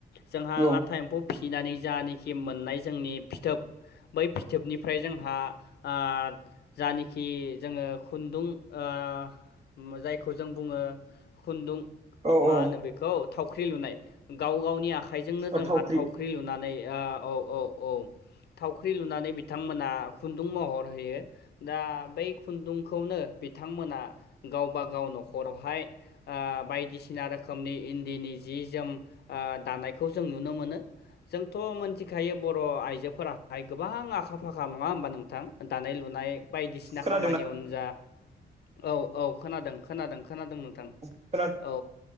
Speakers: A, on the left; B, on the right.
A: जोंहा
B: नुनो मोनो
A: लाथा एम्फौ फिनानै जानाखि मोननाय जोंनि फिथोब, बै फिथोबनिफ्राय जोंहा ओ जानिखि जोंङो खुन्दुं ओ जायखौ जों बुङो खुन्दुं
B: औ
A: मा
B: औ
A: होनो बेखौ थावख्रि लुनाय गाव गावनि आखाइजोंनो
B: औ
A: जोंहा
B: थावख्रि
A: थाव ख्रि लुनानै ओ औ औ औ थावख्रि लुनानै बिथांमोना खुन्दुं महर होयो। दा बै खुन्दुंखौनो बिथांमोना गावब गाव न'खरावहाय आ बायदिसिना रोखोमनि इन्दिनि जि जोम आ दानायखौ जों नुनो मोनो, जोंथ' मोनथिखायो बर' आइजोफोराहाय गोबां आखा फाखा नङा होमबा नोंथां दानाय लुनाय बायदिसिना
B: खोनादोंना
A: खामानियावनो जा औ औ खोनादों खोनादों खोनादों नोंथां।
B: <unintelligible>
A: औ